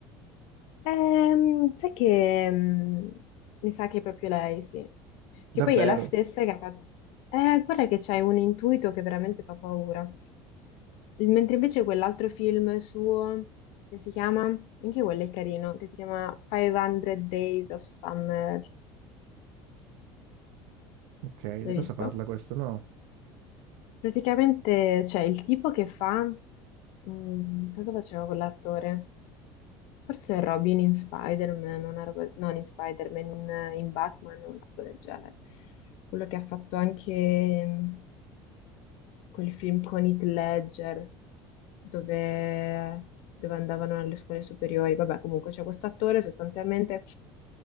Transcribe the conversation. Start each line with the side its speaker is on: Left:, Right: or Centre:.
Left: Ehm, sai che mm, mi sa che è proprio lei, sì. Che
Right: Davvero?
Left: poi è la stessa che ha fatto. Eh, guarda che c'è un intuito che veramente fa paura. Mentre invece quell'altro film suo, che si chiama, anche quello è carino, che si chiama 500 Days of Summer,
Right: Ok, di
Left: l'hai
Right: cosa
Left: visto?
Right: parla questo? No?
Left: Praticamente c'è il tipo che fa, mm, cosa faceva quell'attore? Forse è Robin in Spider-Man, una roba, non in Spider-Man, in, in Batman, una roba del genere. Quello che ha fatto anche... quel film con Heath Ledger dove, dove andavano alle scuole superiori. Vabbè, comunque c'è questo attore sostanzialmente